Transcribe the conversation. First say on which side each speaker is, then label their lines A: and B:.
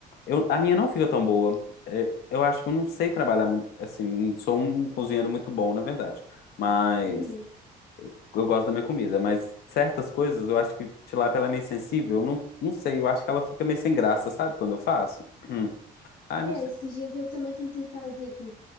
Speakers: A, on the left (about 70°); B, on the left (about 80°).
A: eu, a minha não fica tão boa. É, Eu acho que eu não sei trabalhar, muito, assim, não sou um cozinheiro muito bom, na verdade. Mas,
B: uhum.
A: eu gosto da minha comida. Mas, certas coisas, eu acho que tilápia ela é meio sensível. Eu não, não sei, eu acho que ela fica meio sem graça, sabe? Quando eu faço. Hum. Ai,
B: É,
A: não sei.
B: esses dias eu também tentei fazer aqui